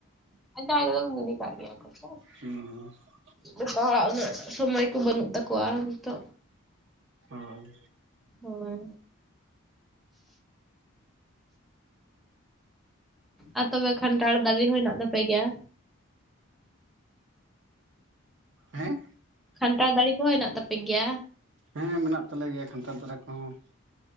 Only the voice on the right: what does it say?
ᱦᱳᱭ
ᱦᱚᱭ
ᱦᱮᱸ
ᱦᱮᱸ ᱢᱮᱱᱟᱜ ᱛᱟᱞᱮ ᱜᱮᱭᱟ ᱠᱷᱟᱱᱛᱷᱟ ᱫᱷᱟᱨᱟ ᱠᱚᱦᱚᱸ